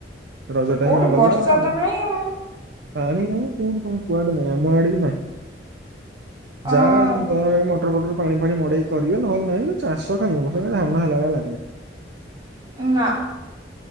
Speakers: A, on the right; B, on the right.
A: ରଜ ଟାଇମ୍
B: କୋଉଠି
A: ରେ ଗଲା
B: ବର୍ଷା
A: ଆଉ,
B: ତ ନାହିଁ ଆଉ
A: ପାଣି ନାହିଁ କୋଉଠି କଣ କୁଆଡେ ନାହିଁ ଆମ ଆଡେ ବି ନାହିଁ।
B: ଓହୋ
A: ଯାଏ ତର ଏ ମୋ ମଟର ଫଟର, ପାଣି ଫାଣି ମଡେଇ କରିବେ, ନହେଲେ ନାହିଁ ଚାଷ କାଇଁ ଏ ବର୍ଷ ଧାନ ହେଲାଭଳିଆ ଲାଗୁ ନାହିଁ।
B: ନା।